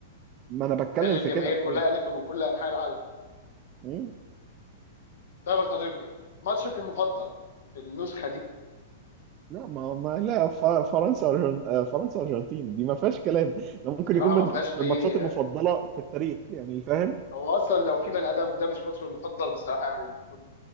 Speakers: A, on the right; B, on the left.
A: ما انا بتكلم
B: ده اللي الجماهير
A: في كده
B: كلها قالته من كل انحاء العالم
A: ايوه
B: طيب يا صديقي ماتشك المفضل في النسخه دي
A: لا ما ما لا ف- فرنسا أرجن- آه، فرنسا ارجنتين دي ما فيهاش كلام ده ممكن
B: بصراحه
A: يكون من
B: ما فيهاش
A: من
B: اي
A: الماتشات المفضله في التاريخ يعني فاهم
B: هو اصلا لو في بني ادم ده مش ماتشه المفضل بصراحه يعني المفروض